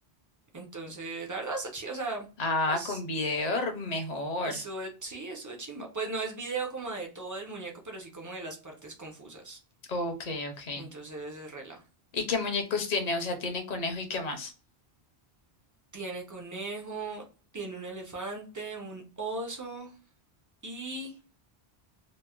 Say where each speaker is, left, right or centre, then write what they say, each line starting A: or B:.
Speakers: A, on the right; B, on the left.
A: Entonces, la verdad está chido, o sea,
B: Ah,
A: pues
B: con video r- mejor.
A: eso sí, eso es chimba. Pues no es video como de todo el muñeco, pero sí como de las partes confusas.
B: Ok, ok.
A: Entonces, es rela.
B: ¿Y qué muñecos tiene? O sea, tiene conejo y qué más.
A: Tiene conejo, tiene un elefante, un oso y...